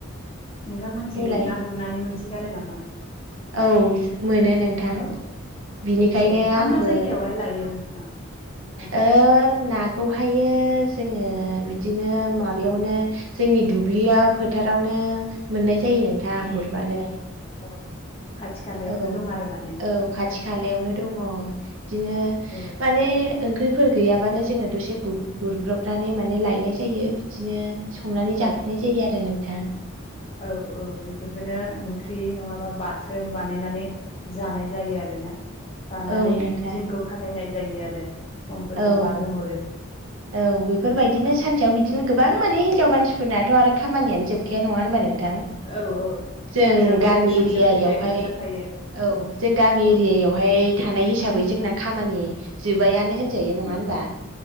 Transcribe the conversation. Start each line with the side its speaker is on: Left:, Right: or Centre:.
Left: नोंथांमोनथिं
Right: बुंलाय
Left: ना गुरनानै मोनसोगारो नामा?
Right: औ मोनो नोंथां
Left: औ
Right: बिनिखायनो
Left: औ मा
Right: आंबो
Left: मा जायगायावहाय लायो नोंथाङा ना गुरनो?
Right: ओ ना खौहायो जोङो बिदिनो माबायावनो जोंनि दुब्लियाव फोथारावनो मोननाय जायो नोंथां
Left: उम
Right: गुरबानो
Left: औ खाथि खालायावनो
Right: औ
Left: दं आरो माने
Right: औ खाथि खालायावनो
Left: औ
Right: दङ बिदिनो
Left: औ
Right: माने ओंख्रिफोर गैयाबानो जोङो दसे गुरब्रबनानै माने लायनाय जायो बिदिनो संनानै जाफैनाय
Left: औ
Right: जायो आरो नोंथां
Left: औ औ बेफोरखौनो ओंख्रि नङाबा बाथोन बानायनानै जानाय जायो आरो ना जानानै
Right: औ नोंथां
Left: दिनखौ खाथायनाय जायो आरो समफोरखौ
Right: औ
Left: बारहोहरो
Right: औ बेफोरबायदिनो सान सेयाव बिदिनो गोबां माने हिनजाव मानसिफोरनाथ' आरो खामानियानो जोबखाया नङा होनबा नोंथां
Left: औ औ
Right: जों
Left: सानसेयाव
Right: गामि
Left: बेलेग सानसेयाव
Right: एरियायावहाय
Left: बेलेग ओंखारखायो
Right: औ जों गामि एरियायावहाय
Left: औ
Right: थानाय हिसाबै जोंना खामानि जोबायानो होनजायो नङा
Left: उम
Right: होनबा